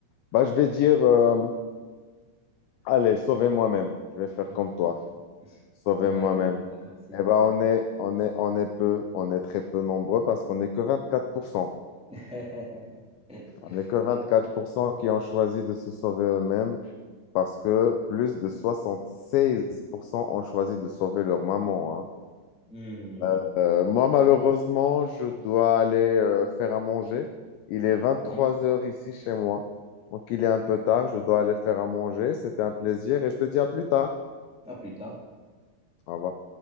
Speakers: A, on the left; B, in the centre.
A: Bah, je vais dire, euh, allez, sauvez moi-même. Je vais faire
B: <laughs>
A: comme toi. Sauvez
B: D'accord,
A: moi-même.
B: d'accord, c'est
A: Eh ben,
B: c'est
A: on
B: parfait.
A: est, on est, on est peu, on est très peu nombreux parce qu'on n'est que vingt-quatre pour cent,
B: <laughs>
A: On n'est que vingt-quatre
B: D'accord.
A: pour cent qui ont choisi de se sauver eux-mêmes parce que plus de 76% ont choisi de sauver leur maman, hein.
B: Hum,
A: Euh, euh, moi, malheureusement, je dois aller euh, faire à manger. Il est vingt-trois
B: hum,
A: heures ici chez moi. Donc, il est un
B: hum.
A: peu tard. Je dois aller faire à manger. C'était un plaisir et je te dis à plus tard.
B: À plus tard.
A: Au revoir.